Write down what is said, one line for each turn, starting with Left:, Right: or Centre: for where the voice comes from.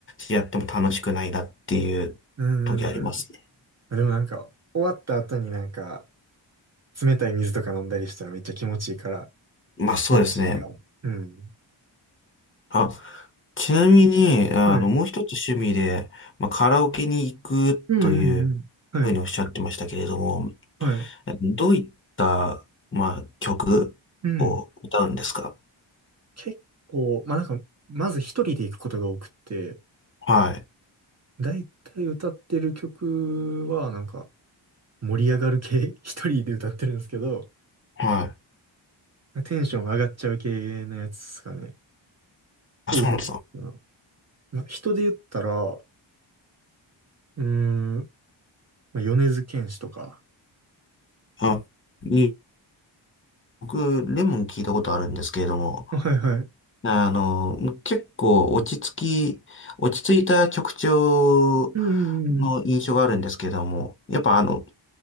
Left: やっても楽しくないなっていう時ありますね。
Right: うんうんうん。あ、でもなんか、終わった後になんか、冷たい水とか飲んだりしたらめっちゃ気持ちいいから、
Left: まあそうですね。
Right: 楽しいかも。うん。
Left: あ、ちなみに、あの、
Right: はい。うん
Left: もう一つ趣味で、まあ、カラオケに行くという
Right: うんうん。はい。
Left: ふうにおっしゃってましたけれども、
Right: はい。
Left: どういった、まあ、曲を歌うんですか
Right: うん。結構、まあなんか、まず一人で行くことが多くって、
Left: はい、
Right: だいたい歌ってる曲は、なんか、盛り上がる系、<laughs> 一人で歌ってるんですけど、
Left: はい。
Right: テンション上がっちゃう系のやつですかね。
Left: あ、
Right: を歌ってるかな。
Left: そうなんですか。
Right: まあ、人で言ったら、うーん、まあ、米津玄師とか。
Left: あ、に、僕、レモン聞いたことあるんですけれども、
Right: はいはい。
Left: あの、結構落ち着き、落ち着いた曲調
Right: うんうんうん。
Left: の印象があるんですけれども、やっぱあの、